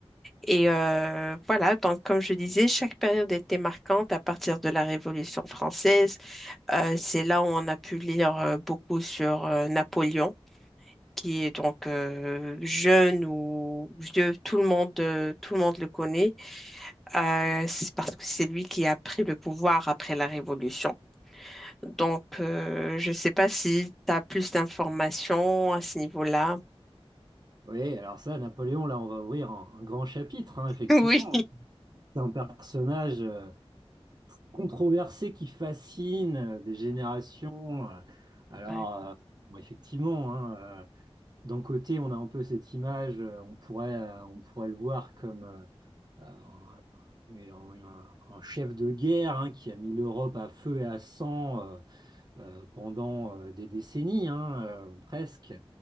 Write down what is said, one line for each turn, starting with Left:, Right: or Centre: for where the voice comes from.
Centre: Et euh, voilà, donc comme je disais, chaque période était marquante à partir de la Révolution française. Euh, c'est là où on a pu lire euh, beaucoup sur euh, Napoléon, qui est donc euh, jeune ou vieux, tout le monde, euh, tout le monde le connaît, euh, c'est parce que c'est lui qui a pris le pouvoir après la Révolution. Donc, euh, je ne sais pas si tu as plus d'informations à ce niveau-là. <laughs>
Right: Oui, alors ça, Napoléon, là, on va ouvrir un, un grand chapitre, hein, effectivement.
Centre: Oui.
Right: C'est un personnage. euh, controversé qui fascine euh, des générations. euh. Alors,
Centre: Ouais.
Right: euh, bon, effectivement, hein, euh, d'un côté, on a un peu cette image, euh, on pourrait, euh, on pourrait le voir comme euh, euh, un, un- un chef de guerre hein, qui a mis l'Europe à feu et à sang. euh, euh, pendant euh, des décennies, hein, euh, presque.